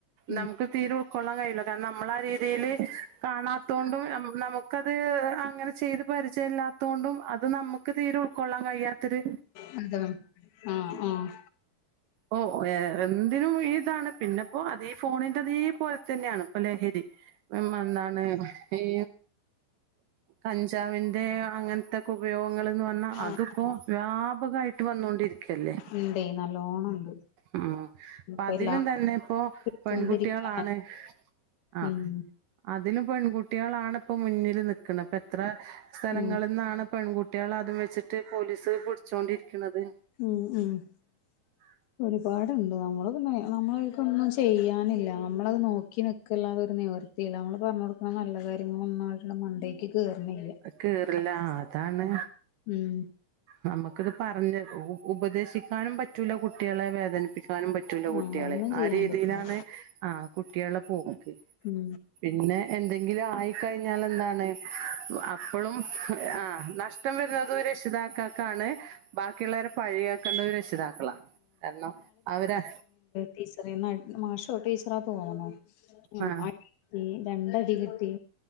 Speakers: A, on the left; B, on the right.
A: ഉം
B: നമുക്ക് തീരെ ഉൾക്കൊള്ളാൻ കഴില്ല കാരണം നമ്മള ആ രീതിൽ കാണാത്തൊണ്ടും നമ നമുക്ക് അത് അങ്ങനെ ചെയ്ത് പരിചയല്ലതൊണ്ടും അത് നമ്മുക്ക് തീരെ ഉൾക്കൊള്ളാം കഴിയാത്തരു,,
A: ഹലോ ആഹ് ആഹ്
B: ഓ എ എന്തിനും ഇതാണ് പിന്നെപ്പോ അതീ ഫോണിൻ്റെ,, പോലെ തന്നെയാണ് ഇപ്പോ ലഹരി ഉം എന്താണ് ഈ കഞ്ചാവിന്റെ അങ്ങനത്തൊക്കെ ഉപയോഗങ്ങള് ന്ന് പറഞ്ഞാ
A: ആഹ്
B: അതിപ്പോ ലാ ട്ട് വന്നൊണ്ടിരിക്കല്ലേ
A: ഇണ്ടേ നല്ലോണം ഉണ്ട്
B: ഉം
A: ഇപ്പ
B: പതിലൊ
A: എല്ലാടത്തും
B: തന്നെ ഇപ്പോ
A: പിടിച്ചോണ്ടിരിക്കാണ്
B: പെൺകുട്ടികളാണ് ആഹ്
A: ഉം
B: അതിലും പെൺകുട്ടികളാണ് ഇപ്പ മുന്നിൽ നക്കുന്നത് ഇപ്പ എത്ര സ്ഥലങ്ങളിൽന്നാണ്
A: ഉം
B: പെൺകുട്ടികൾ അതും വെച്ചിട്ട് പോലീസ് പിടിച്ചോണ്ടിരിക്കണുന്നത്
A: ഉം
B: ആഹ <inaudible>
A: ഒരുപാടുണ്ട് നമ്മളന്ന നമ്മളക്കൊന്നും ചെയ്യാനില്ല നമ്മളത് നോക്കി നിൽക്കില്ലാതൊരു നേവർ ലീലമോൾ പറഞ്ഞു കൊടുക്ക നല്ല കാര്യങ്ങളൊന്നും ആവരെടെ മണ്ടേക്ക് കേറണി ല്ല
B: കേറില്ലാ ആ അതാണ്
A: ഉം
B: നമുക്കിത് പറഞ്ഞ ഉ ഉപദേശിക്കാനും പറ്റും മറ്റുള്ള കുട്ടികളെ വേദനിപ്പിക്കാനും പറ്റുള്ള കുട്ടികളെ
A: ആഹ് ഒന്നും ചെയ്യാൻ
B: ആ രീതിയിലാണ്
A: പറ്റൂല
B: ആ കുട്ട്യാളെ പോക്ക്
A: ഉം
B: പിന്നെ എന്തെങ്കിലും ആയിക്കയ്ഞ്ഞാലെന്താണ് അപ്പളും ആ നഷ്ടം വെര്ന്നതും രക്ഷിതാക്കക്കാണ് ബാക്കിള്ളോരെ പഴിയാക്കേണ്ടത് രക്ഷിതാക്കളാ കാരണം അവര്
A: ടീച്ചറേന്ന് അട് മാഷോ ടീച്ചറാ തോന്നുണു ഉം
B: ആ
A: അട് ഈ രണ്ടടി കിട്ടി